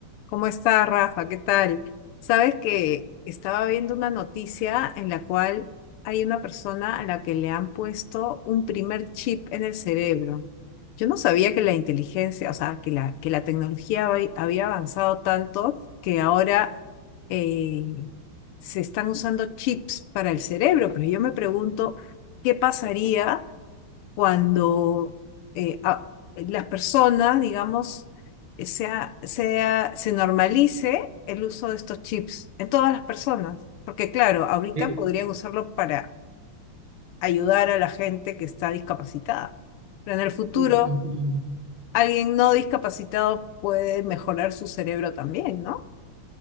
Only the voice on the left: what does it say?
¿Cómo estás, Rafa? ¿Qué tal? Sabes que estaba viendo una noticia en la cual hay una persona a la que le han puesto un primer chip en el cerebro. Yo no sabía que la inteligencia, o sea, que la, que la tecnología había había avanzado tanto que ahora eh, se están usando chips para el cerebro, pero yo me pregunto, ¿qué pasaría? cuando eh, a- las personas, digamos, eh, sea, sea, se normalice el uso de estos chips en todas las personas. Porque claro, ahorita
podrían usarlo para ayudar a la gente que está discapacitada, pero en el futuro
alguien no discapacitado puede mejorar su cerebro también, ¿no?